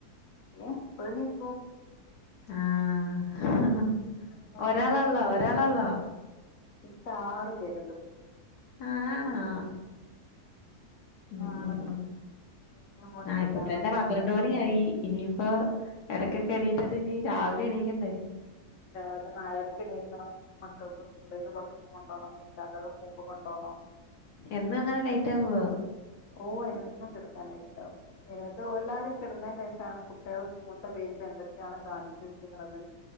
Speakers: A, on the left (about 55°); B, on the left (about 75°).
A: <unintelligible> പ്പണിക്കു
B: ആഹ്
A: ഇങ്ങനെ
B: ഒരാളള്ളോ ഒരാളള്ളോ
A: ഇക്കാറു പേര്ണ്ട്
B: ആണോ ഉം
A: ആറ്
B: ഉം
A: വല്യ മോന്
B: ആഹ്
A: പത്താം
B: ഇപ്പോ തന്നെ
A: ക്ലാസ്സിലാണ്
B: പ ന്ത്രണ്ട് മണിയായി ഇനിയിപ്പോ എടയ്ക്കൊക്കെ
A: പന്ത്രണ്ട്
B: എണീറ്റ്ട്ട് ഇനി രാവിലെ എണീക്കണ്ടേ
A: രാവിലെ നാലരക്ക്ണീക്കണം മക്കൾക്ക് സ്കൂളിലേക്ക് ഭക്ഷണം കൊണ്ടോണം ഇക്കാക്കക്ക് പോക്മ്പോ കൊണ്ടോണം
B: എന്നുങ്ങനെ ലേറ്റ് ആവോ
A: ഓഹ് എന്നും കെടക്കാൻലേറ്റാവും ഏതോ എല്ലാരും കെടന്നെ ഷാണ് കുട്ട്യാൾ സ്കൂള്ത്ത ബേഗിൽ എന്തൊക്കെയാണ് കാണിച്ചു വെച്ചിക്ക്ണത്